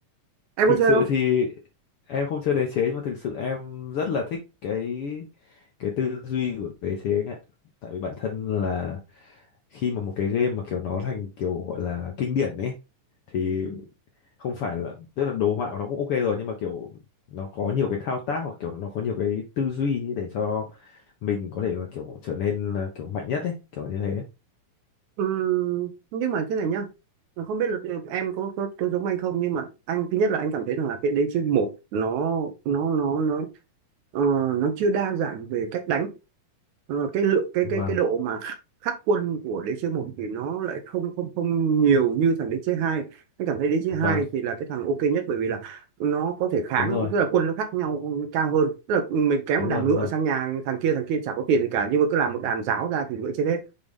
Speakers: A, on the right; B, on the left.
A: em
B: thực
A: có chơi
B: sự
A: không
B: thì em không chơi đế chế mà thực sự em rất là thích cái cái tư duy của đế chế ấy. ạ. tại vì bản thân là khi mà một cái game mà kiểu nó thành kiểu gọi là kinh điển ấy thì không phải là tức là đồ họa của nó cũng ok rồi nhưng mà kiểu nó có nhiều cái thao tác hoặc kiểu nó có nhiều cái tư duy ấy để cho mình có thể là kiểu trở nên là kiểu mạnh nhất ấy kiểu như thế
A: Ừm, nhưng mà thế này nhá Mà không biết là ừ, em có, có có giống anh không nhưng mà anh thứ nhất là anh cảm thấy rằng là cái đế chế một nó nó nó nó ờ, nó chưa đa dạng về cách đánh Ờ, cái lượng cái
B: vâng
A: cái cái độ mà khắc quân của đế chế một thì nó lại không không không nhiều như thằng đế chế hai anh cảm thấy đế chế
B: vâng
A: hai thì là cái thằng ok nhất bởi vì là nó có thể kháng
B: đúng rồi
A: tức là quân nó khác nhau cao hơn tức là mình kéo
B: đúng
A: một đàn
B: rồi đúng
A: ngựa
B: rồi
A: sang nhà thằng kia thằng kia chả có tiền gì cả nhưng mà cứ làm một đàn giáo ra thì ngựa chết hết